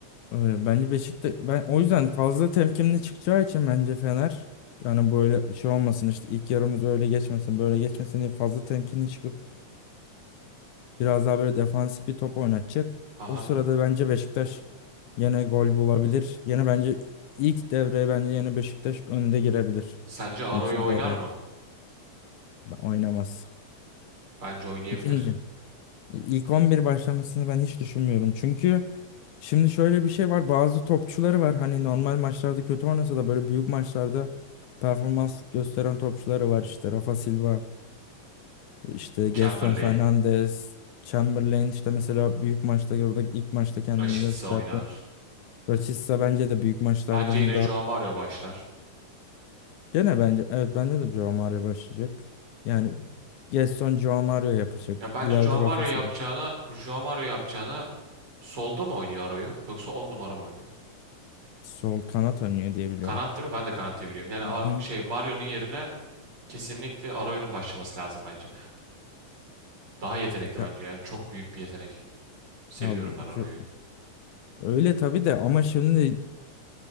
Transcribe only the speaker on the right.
Haha.
Sence Aro'yu
oynar
mı?
Bence oynayabilir.
Chamberlain,
Rashica
oynar.
Bence
yine
Joao Mario başlar.
Ya bence
Joao Mario
yapacağına,
Joao Mario yapacağına solda mı oynuyor Aro'yu yoksa 10 numara mı oynuyor?
Kanat değil mi? Ben de kanat diye biliyorum. Yani
A-
şey Mario'nun yerine kesinlikle Arroyo'nun başlaması lazım bence. Daha yetenekli
bence yani çok büyük bir yetenek. Seviyorum
ben Arroyo'yu.